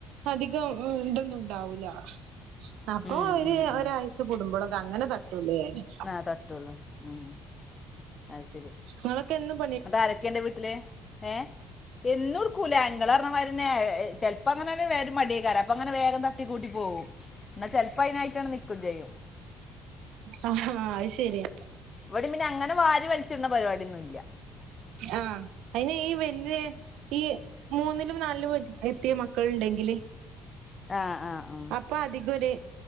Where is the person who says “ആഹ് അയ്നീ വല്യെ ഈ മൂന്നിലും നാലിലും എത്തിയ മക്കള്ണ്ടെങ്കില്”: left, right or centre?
Right